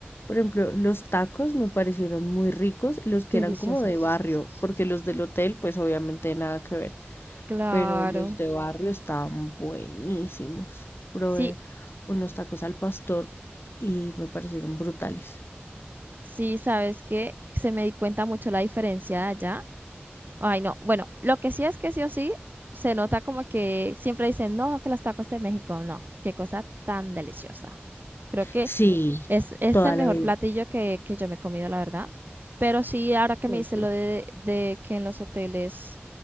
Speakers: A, on the left; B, on the right.
A: por ejemplo, los tacos me parecieron muy ricos, los que
B: deliciosas.
A: eran como de barrio, porque los del hotel, pues obviamente nada que ver,
B: Claro.
A: pero los de barrio estaban buenísimos. Probé
B: Sí,
A: unos tacos al pastor y me parecieron brutales.
B: sí, sabes que se me di cuenta mucho la diferencia de allá. Ay, no. Bueno, lo que sí es que sí o sí se nota como que siempre dicen, no, que los tacos de México, no, qué cosa tan deliciosa. Creo que
A: Sí,
B: es, es
A: toda
B: el
A: la
B: mejor
A: vida.
B: platillo que, que yo me he comido, la verdad. Pero sí, ahora que
A: Sí,
B: me dices
A: sí.
B: lo de, de que en los hoteles,